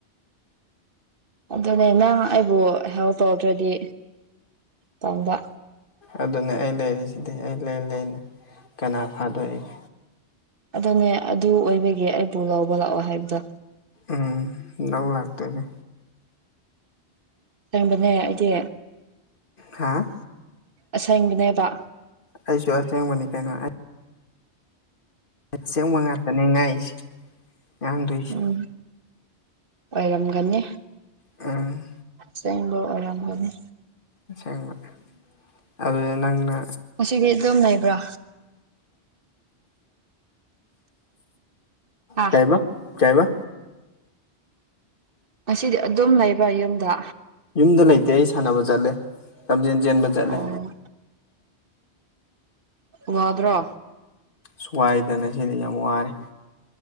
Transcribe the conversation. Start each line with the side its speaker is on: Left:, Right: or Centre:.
Right: ꯑꯗꯨꯅꯦ ꯅꯪ ꯑꯩꯕꯨ ꯍꯦꯜ ꯇꯧꯗ꯭ꯔꯗꯤ ꯇꯟꯕ
Left: ꯑꯗꯨꯅ ꯑꯩ ꯂꯩꯔꯤꯁꯤꯗꯤ ꯑꯩ ꯂꯩ ꯂꯩꯅ ꯀꯅꯥ ꯐꯥꯗꯣꯛꯏꯒꯦ
Right: ꯑꯗꯨꯅꯦ ꯑꯗꯨ ꯑꯣꯏꯕꯒꯤꯦ ꯑꯩꯕꯨ ꯂꯧꯕ ꯂꯥꯛꯑꯣ ꯍꯥꯏꯕꯗꯣ
Left: ꯎꯝ ꯂꯧꯧ ꯂꯥꯛꯇꯣꯏꯅꯦ
Right: ꯇꯟꯕꯅꯦ ꯑꯩꯗꯤ꯫
Left: ꯍꯥꯥ꯫
Right: ꯑꯁꯦꯡꯕꯅꯦꯕ꯫
Left: ꯑꯩꯁꯨ ꯑꯁꯦꯡꯕꯅꯤ ꯀꯩꯅꯣ꯫ ꯑꯁꯦꯡꯕ ꯉꯥꯛꯇꯅꯦ ꯉꯥꯏꯁꯦ ꯉꯥꯡꯗꯣꯏꯁꯦ꯫
Right: ꯎꯝ ꯑꯣꯏꯔꯝꯒꯅꯤ꯫
Left: ꯎꯝ꯫
Right: ꯑꯁꯦꯡꯕ ꯑꯣꯏꯔꯝꯒꯅꯤ꯫
Left: ꯑꯁꯦꯡꯕ ꯑꯗꯨꯗ ꯅꯪꯅ꯫
Right: ꯉꯗꯤ ꯑꯗꯨꯝ ꯂꯩꯕ꯭ꯔꯥ ꯑꯥ
Left: ꯀꯥꯏꯕ ꯆꯥꯏꯕ
Right: ꯉꯁꯤꯗꯤ ꯑꯗꯨꯝ ꯂꯩꯕ꯭ꯔ ꯌꯨꯝꯗ
Left: ꯌꯨꯝꯗ ꯂꯩꯇꯦ ꯑꯩ ꯁꯥꯟꯅꯕ ꯆꯠꯂꯦ ꯂꯝꯖꯦꯟ ꯆꯦꯟꯕ ꯆꯠꯂꯦ
Right: ꯑꯣ ꯋꯥꯗ꯭ꯔ
Left: ꯁ꯭ꯋꯥꯏꯗꯅ ꯁꯤꯗꯤ ꯌꯥꯝ ꯋꯥꯔꯦ